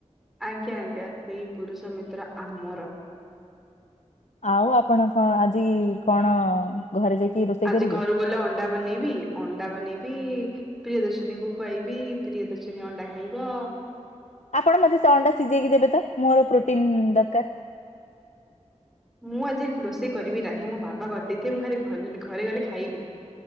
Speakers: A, in the centre; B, on the left (about 70°).
A: ଆଜ୍ଞା ଆଜ୍ଞା ସେଇ ପୁରୁଷ ମିତ୍ର ଆମର
B: ଆଉ ଆପଣ କଣ ଆଜି କଣ ଘରେ ଯାଇକି ରୋଷେଇ
A: ଆଜି
B: କରିବେ?
A: ଘରୁକୁ ଗଲେ ଅଣ୍ଡା ବନେଇବି। ଅଣ୍ଡା ବନେଇବି ଇ ପ୍ରିୟଦର୍ଶିନୀକୁ ଖୁଆଇବି ପ୍ରିୟଦର୍ଶିନୀ ଅଣ୍ଡା ଖାଇବ।
B: ଆପଣ ମତେ ସେ ଅଣ୍ଡା ସିଝେଇକି ଦେବେ ତ ମୋର ପ୍ରୋଟିନ୍ ଇ ଦରକାର।
A: ମୁଁ ଆଜି ରୋଷେଇ କରିବି ନାହିଁ। ମୋ ବାବା କରିଦେଇଥିବେ। ମୁଁ ଖାଲି ଘରେ ଗଲେ ଖାଇବି।